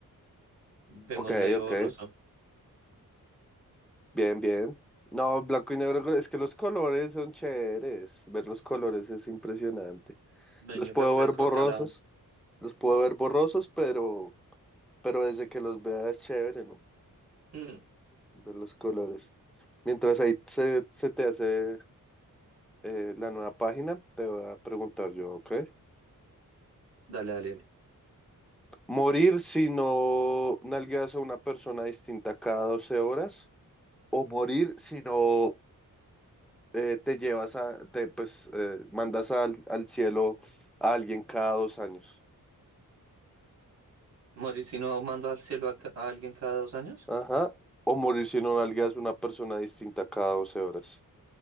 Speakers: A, on the right; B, in the centre.
A: vemos
B: Ok,
A: medio
B: ok.
A: borroso.
B: Bien, bien. No, blanco y negro, es que los colores son chéveres. Ver los colores es impresionante.
A: Ven
B: Los
A: y
B: puedo
A: refresco
B: ver borrosos,
A: acá la...
B: los puedo ver borrosos, pero, pero desde que los vea es chévere, ¿no?
A: Mm,
B: Ver los colores. Mientras ahí se, se te hace eh, la nueva página, te voy a preguntar yo, ¿ok?
A: dale, dale, dale.
B: ¿Morir si no nalgueas a una persona distinta cada 12 horas? ¿O morir si no eh, te llevas a, te, pues, eh, mandas al, al cielo a alguien cada dos años.
A: Morir si no mando al cielo a, ca- a alguien cada dos años.
B: Ajá. O morir si no nalgas una persona distinta cada 12 horas.